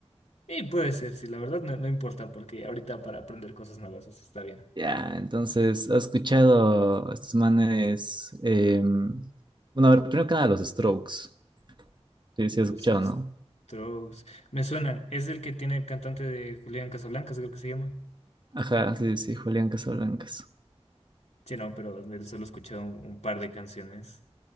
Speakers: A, on the left (about 80°); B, on the right (about 45°).
A: Y puede ser, sí, la verdad no, no importa, porque ahorita para aprender cosas nuevas así está bien.
B: Ya, entonces, ¿has escuchado a estos manes? em, bueno, a ver, primero que nada, los Strokes. Sí,
A: Los
B: sí, has escuchado, ¿no?
A: Strokes me suenan. Es el que tiene el cantante de Julián Casablancas, creo que se llama.
B: Ajá, sí, sí, Julián Casablancas.
A: Sí, no, pero de él solo he escuchado un, un par de canciones.